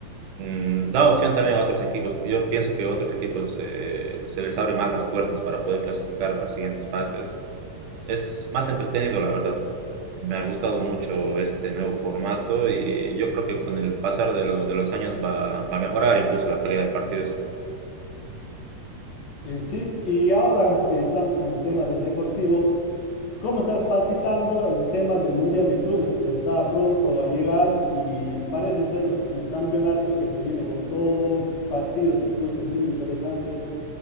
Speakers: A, on the right; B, on the left.
A: mm, da opción también a otros equipos. Yo pienso que a otros equipos eh, se les abre más las puertas para poder clasificar a las siguientes fases. Es más entretenido, la verdad. Me ha gustado mucho este nuevo formato y yo creo que con el pasar de, lo- de los años va, va a mejorar incluso la calidad de partidos.
B: Eh, sí, y ahora que estamos en el tema del deportivo. ¿Cómo estás palpitando el tema del Mundial de Clubes? Está pronto a llegar y parece ser un campeonato que se viene con todo, partidos y cruces muy interesantes.